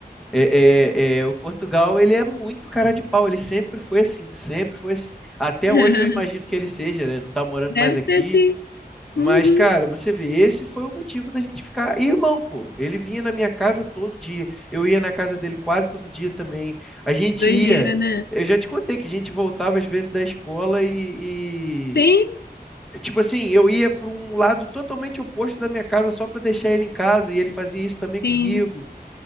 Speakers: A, in the centre; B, on the left.
A: É, é, é, o Portugal, ele é muito cara de pau, ele sempre foi assim, sempre foi assim. Até
B: <laughs>
A: hoje eu imagino que ele seja, né? Não tá morando
B: Deve
A: mais aqui.
B: ser assim.
A: Mas,
B: Uhum.
A: cara, você vê, esse foi o motivo da gente ficar irmão, pô. Ele vinha na minha casa todo dia, eu ia na casa dele quase todo dia também. A gente
B: Doideira,
A: ia,
B: né?
A: eu já te contei que a gente voltava às vezes da escola e,
B: Sim,
A: e- tipo assim, eu ia para um lado totalmente oposto da minha casa só para deixar ele em casa e ele fazia isso também comigo.
B: sim.